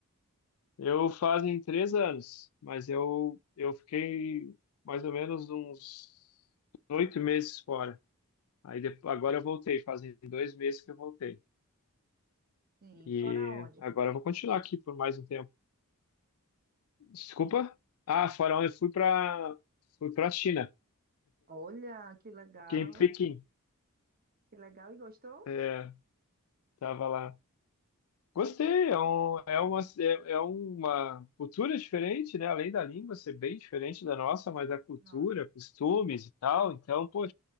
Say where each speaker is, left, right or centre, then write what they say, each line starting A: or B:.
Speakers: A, on the left; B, on the right.
A: Eu fazem três anos, mas eu, eu fiquei mais ou menos uns oito meses fora. Aí depois, agora eu voltei, fazem dois meses que eu voltei.
B: Sim,
A: E
B: fora onde?
A: agora eu vou continuar aqui por mais um tempo. Desculpa? Ah, fora onde eu fui para fui para China,
B: Olha, que legal.
A: fiquei em Pequim.
B: Que legal e gostou?
A: É, tava lá. Gostei, é, um, é, uma, é, é uma cultura diferente, né? Além da língua ser bem diferente da nossa, mas a cultura,
B: Nossa,
A: costumes e tal. Então, pô,